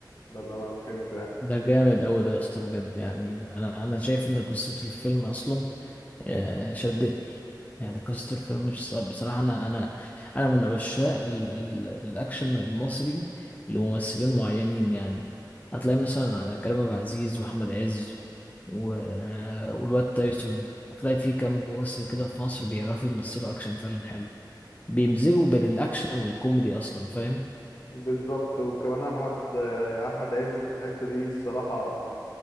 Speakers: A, on the left; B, on the left.
A: ده اللي انا فهمته يعني
B: ده جامد قوي ده يا اسطى بجد يعني انا انا شايف ان قصة الفيلم اصلا آه، شدتني يعني قصة الفيلم بص- بصراحة أنا أنا أنا من عشاق ال ال الأكشن المصري لممثلين معينين يعني هتلاقي مثلا على كريم عبد العزيز وأحمد عز و- آه، والواد تايسون هتلاقي في كام ممثل كده في مصر بيعرفوا يمثلوا أكشن فعلا حلو بيمزجوا بين الأكشن والكوميدي أصلا فاهم
A: بالظبط وكمان احمد يعني احمد عز في الحتة دي الصراحة